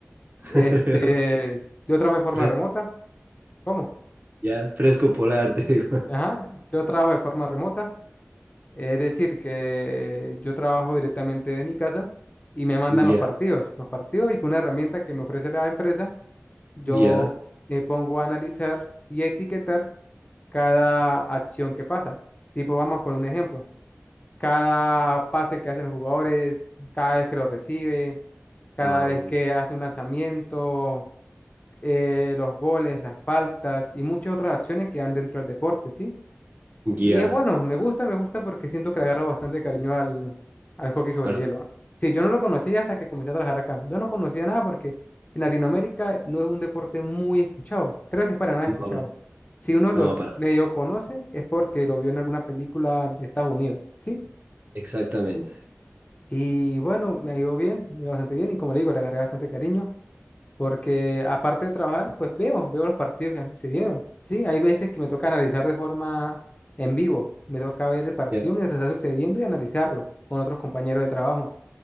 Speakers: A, on the right; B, on the left.
A: <laughs>
B: Este, yo trabajo de forma
A: Fresco,
B: remota. ¿Cómo?
A: ya, fresco polar, <laughs> te digo.
B: Ajá, yo trabajo de forma remota. Es decir, que yo trabajo directamente de mi casa y me mandan
A: Ya,
B: los partidos, los partidos y con una herramienta que me ofrece la empresa, yo
A: ya,
B: me pongo a analizar y etiquetar cada acción que pasa. Tipo, vamos a poner un ejemplo. Cada pase que hacen los jugadores, cada vez que lo recibe, cada
A: wow,
B: vez que hace un lanzamiento eh, los goles, las faltas y muchas otras acciones que van dentro del deporte, ¿sí? Y
A: ya.
B: es bueno, me gusta, me gusta porque siento que le agarro bastante cariño al, al hockey sobre
A: Arjona,
B: hielo. Sí, yo no lo conocía hasta que comencé a trabajar acá. Yo no conocía nada porque en Latinoamérica no es un deporte muy escuchado. Creo que es para nada escuchado.
A: No, no,
B: Si uno
A: no,
B: los
A: para.
B: medio conoce es porque lo vio en alguna película de Estados Unidos, ¿sí?
A: Exactamente.
B: Y bueno, me ha ido bien, me ha ido bastante bien y como le digo, le agarré bastante cariño porque aparte de trabajar, pues veo, veo los partidos que han sucedieron. Sí, hay veces que me toca analizar de forma en vivo, me toca ver el partido
A: Ya,
B: mientras está sucediendo y analizarlo con otros compañeros de trabajo.